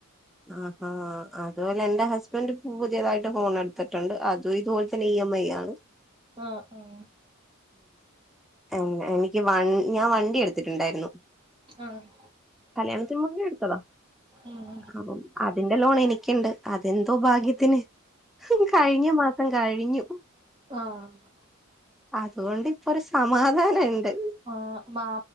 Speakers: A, in the centre; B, on the right (about 25°).
A: ആഹ് ആഹ് അതുപോലെ എന്റെ ഹസ്ബൻഡ് പുതിയതായിട്ട് ഫോൺ എടുത്തിട്ടുണ്ട് അതും ഇതുപോലെ തന്നെ ഇ എം ഐ ആണ്
B: ആഹ് ആഹ്
A: ഉം എനിക്ക് വ ഞാൻ വണ്ടി എടുത്തിട്ടുണ്ടായിരുന്നു
B: ആഹ്
A: കല്യാണത്തിന് മുന്നേ എടുത്തതാ
B: ഉം
A: അപ്പം അതിന്റെ ലോൺ എനിക്കുണ്ട് അതെന്തോ ഭാഗ്യത്തിന് കഴിഞ്ഞ മാസം കഴിഞ്ഞു
B: ആഹ്
A: അതുകൊണ്ട് ഇപ്പൊ ഒരു സമാധാനം ഉണ്ട്
B: ആഹ് മാ